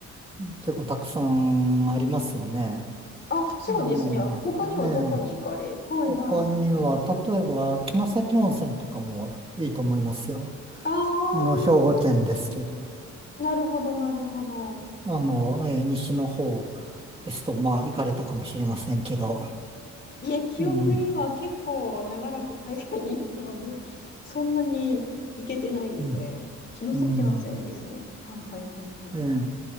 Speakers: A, on the right (about 20°); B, on the left (about 35°).
A: 結構たくさんありますよね。
B: あ、そうですね。
A: あの、
B: 他にはどこに行かれはいはいはい。
A: ええ。他には、例えば、城崎温泉とかもいいと思いますよ。
B: あ
A: あの、兵庫県ですけど、
B: あ、なるほどなるほど。
A: あの、えー西の方ですと、まあ、行かれたかもしれませんけど、
B: いえ、記憶には結構長らく海外にいたので、
A: うん、
B: <laughs> そんなに行けてないですね。
A: うん、
B: 城崎温泉ですね。
A: うん、
B: はいはいはいはい。
A: ええ